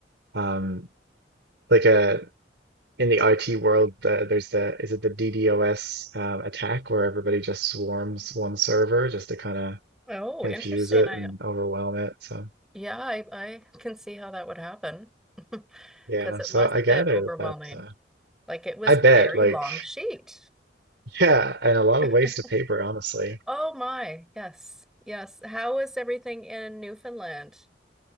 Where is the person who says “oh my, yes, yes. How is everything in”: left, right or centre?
Centre